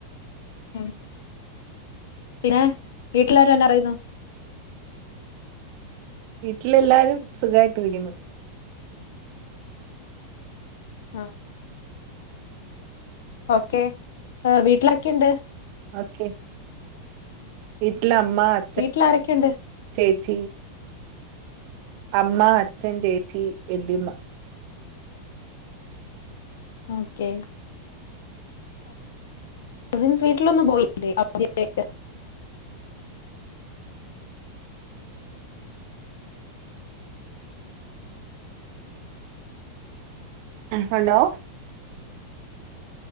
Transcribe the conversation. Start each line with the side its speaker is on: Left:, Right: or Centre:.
Left: ഉം പിന്നെ വീട്ടിലാരും എന്നാ പറയുന്നു
Right: വീട്ടിൽ എല്ലാരും സുഖമായിട്ട്ിരിക്കുന്നു
Left: ആഹ ഓക്കെ വീട്ടിലരൊക്കെ ഉണ്ട്
Right: ഓക്കെ വീട്ടിലമ്മ അ
Left: വീട്ടിൽ ആരൊക്കെയുണ്ട്
Right: ചേച്ചി അമ്മ അച്ഛൻ ചേച്ചി വെല്ലിയമ്മ
Left: ഓക്കെ കസിൻസ് വീട്ടിലൊന്നും പോയില്ലേ അവധിയായിട്ട്
Right: ഹലോ